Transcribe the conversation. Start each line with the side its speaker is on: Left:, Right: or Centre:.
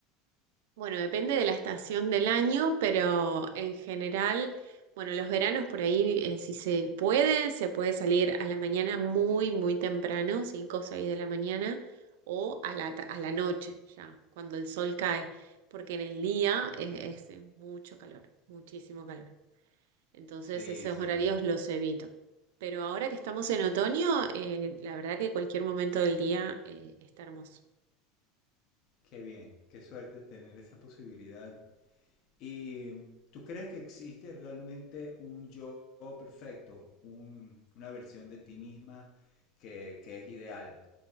Right: Bueno, depende de la estación del año, pero en general, bueno, los veranos por ahí, eh, si se puede, se puede salir a la mañana muy, muy temprano, 5 o 6 de la mañana, o a la, ta- a la noche ya, cuando el sol cae, porque en el día eh, es, es eh, mucho calor, muchísimo calor. Entonces
Left: Sí,
Right: esos
Left: sí,
Right: horarios
Left: ¿no?
Right: los evito. Pero ahora que estamos en otoño, eh, la verdad que cualquier momento del día, eh, está hermoso.
Left: Qué bien, qué suerte tener esa posibilidad. ¿Y tú crees que existe realmente un yo perfecto, un- una versión de ti misma que, que es ideal?